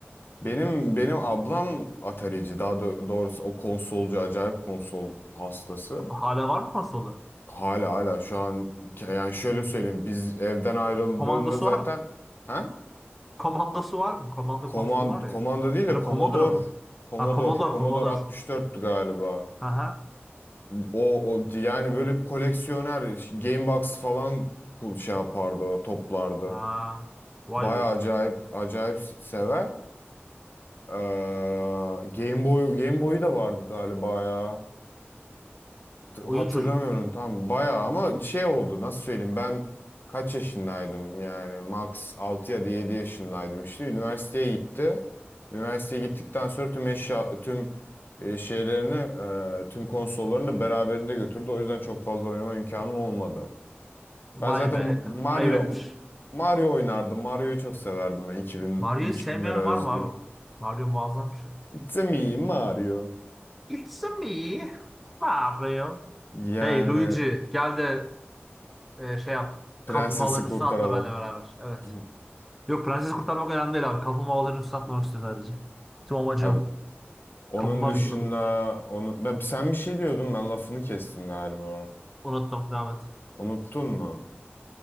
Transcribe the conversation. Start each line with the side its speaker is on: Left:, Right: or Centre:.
Left: Benim benim ablam Atari'ci. Daha do- doğrusu o konsolcu acayip konsol hastası.
Centre: Hala var mı konsolu?
Left: Hala hala şu an yani şöyle söyleyeyim biz evden ayrıldığında
Centre: Komandosu
Left: zaten
Centre: var mı?
Left: ha?
Centre: <laughs> Komandosu var mı? Komando
Left: Koman,
Centre: konsolu var
Left: komanda
Centre: ya.
Left: değil de
Centre: Ya da
Left: Commodore
Centre: Commodore mu?
Left: Commodore
Centre: Ha Commodore,
Left: Commodore
Centre: Commodore.
Left: 64'tü galiba.
Centre: Aha.
Left: O, o yani böyle koleksiyoner Game Box falan kul şey yapardı o toplardı.
Centre: Ha. Vay
Left: baya
Centre: be.
Left: acayip acayip sever. Ee, Game Boy Game Boy'u da vardı galiba ya. T- Hatırlamıyorum
Centre: Oyun çocuk.
Left: tam bayağı ama şey oldu nasıl söyleyeyim ben kaç yaşındaydım yani max 6 ya da 7 yaşındaydım işte üniversiteye gitti. Üniversiteye gittikten sonra tüm eşya tüm e, şeylerini e, tüm konsollarını da beraberinde götürdü. O yüzden çok fazla oynama imkanım olmadı.
Centre: Vay
Left: Ben zaten
Centre: be.
Left: Mario
Centre: Ayıp etmiş.
Left: Mario oynardım. Mario'yu çok severdim ben 2000
Centre: Mario'yu
Left: 2000'lere
Centre: sevmeyen
Left: özgü.
Centre: var mı abi? Mario muazzam bir şey.
Left: It's a me Mario.
Centre: Il me Mario.
Left: Yani
Centre: Hey Luigi gel de e, şey yap.
Left: prensesi
Centre: Kaplumbağaların
Left: kurtaralım.
Centre: üstüne atla benimle beraber. Evet.
Left: <laughs>
Centre: Yok prensesi kurtarmak önemli değil abi. Kaplumbağaların üstüne atlamak istiyor sadece. Tüm amacı
Left: Abi
Centre: o.
Left: Onun
Centre: Kaplumbağa
Left: dışında
Centre: bilmiyorum.
Left: onu ben sen bir şey diyordun ben lafını kestim galiba.
Centre: Unuttum. Devam et.
Left: Unuttun mu?